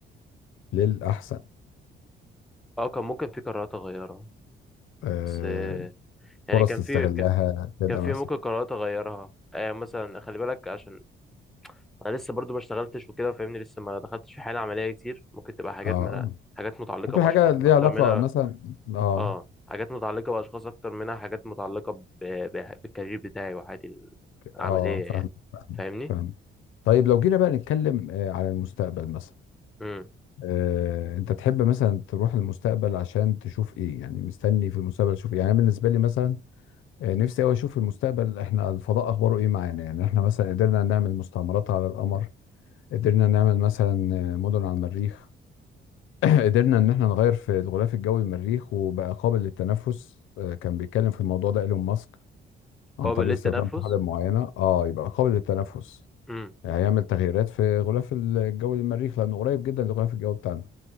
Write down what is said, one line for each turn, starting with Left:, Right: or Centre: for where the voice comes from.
Left: للأحسن
Centre: اه كان ممكن في قرارات اغيرها
Left: آه،
Centre: بس آه، يعني
Left: فرص
Centre: كان
Left: تستغلها
Centre: في
Left: كده
Centre: كان في
Left: مثلا
Centre: ممكن قرارات اغيرها آه مثلا خلي بالك عشان انا لسه برضو ما اشتغلتش وكده فاهمني لسه ما دخلتش في حاله عمليه كتير ممكن تبقى حاجات
Left: اه آه.
Centre: من حاجات متعلقه
Left: ممكن
Centre: باشخاص
Left: حاجة ليها
Centre: اكتر
Left: علاقة
Centre: منها
Left: مثلا اه
Centre: اه حاجات متعلقه باشخاص اكتر منها حاجات متعلقه ب... ب... بالكارير بتاعي وحياتي العمليه
Left: اه فاهم
Centre: يعني
Left: فاهم
Centre: فاهمني
Left: فاهم طيب لو جينا بقى نتكلم آه، على المستقبل مثلا
Centre: امم
Left: آه، انت تحب مثلا تروح المستقبل عشان تشوف ايه يعني مستني في المستقبل تشوف ايه يعني أنا بالنسبه لي مثلا آه، نفسي قوي اشوف في المستقبل احنا الفضاء اخباره ايه معانا يعني احنا مثلا قدرنا نعمل مستعمرات على القمر قدرنا نعمل مثلا آه، مدن على المريخ <clears throat> قدرنا ان احنا نغير في الغلاف الجوي للمريخ وبقى قابل للتنفس آه، كان بيتكلم في الموضوع ده ايلون ماسك
Centre: قابل
Left: عن طريق
Centre: للتنفس
Left: استخدام طحالب معينه اه يبقى قابل للتنفس
Centre: امم
Left: يعني هيعمل تغييرات في غلاف الجوي للمريخ لانه قريب جدا للغلاف الجوي بتاعنا